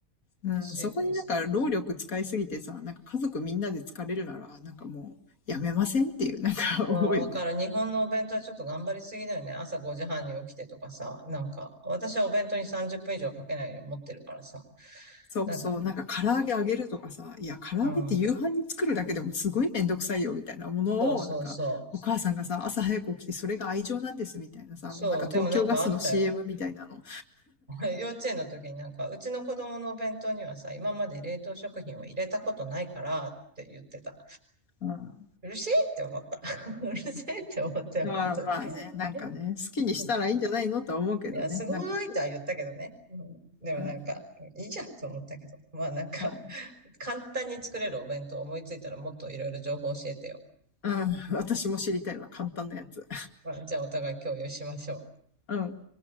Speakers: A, on the left; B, on the right.
A: うん、
B: し、
A: そこになんか労力使いすぎてさ、なんか家族みんなで疲れるなら、なんかもうやめませんっていうなんか思うよね。
B: わわかる。日本のお弁当はちょっと頑張りすぎだよね。朝5時半に起きてとかさ、なんか、私はお弁当に30分以上かけないように持ってるからさ。
A: そうそう、
B: なんか、
A: なんか唐揚げ揚げるとかさ、いや、唐揚げって夕飯に作るだけでもすごいめんどくさいよ、
B: うん。
A: みたいなものを、
B: そうそうそう。
A: なんか、お母さんがさ、朝早く起きてそれが愛情なんです、みたいなさ、
B: そう、
A: あの、なんか東京ガスの
B: でもなんかあったよ。
A: CM みたいなの。
B: <laughs> 幼稚園の時になんか、うちの子供のお弁当にはさ、今まで冷凍食品を入れたことないからって言ってた。
A: うん。あ
B: うるせえって思った。<laughs> うるせえって思ったよ、
A: あまあね、
B: 本当に。
A: なんかね、
B: <laughs>
A: 好きにしたらいいんじゃないのとは思うけどね、
B: うんいや、すごいとは言ったけどね。
A: なんかそう。
B: うん、でもなんか、
A: うん。
B: いいじゃんと思ったけど。まあなんか、
A: まあね。
B: <laughs> 簡単に作れるお弁当思いついたらもっといろいろ情報教えてよ。
A: うん。私も知りたいわ、簡単なやつ。
B: まあ、じゃあお互い共有しましょう。
A: うん。